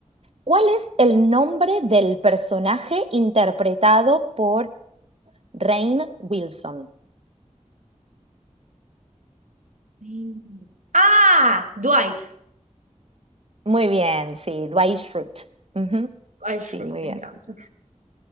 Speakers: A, on the right; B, on the right.
A: ¿Cuál es el nombre del personaje interpretado por Rainn Wilson?
B: Mm. Ah, Dwight.
A: Muy bien, sí, Dwight Schrute. Ujú,
B: Ay,
A: Sí,
B: Shrek,
A: muy
B: me
A: bien.
B: encanta.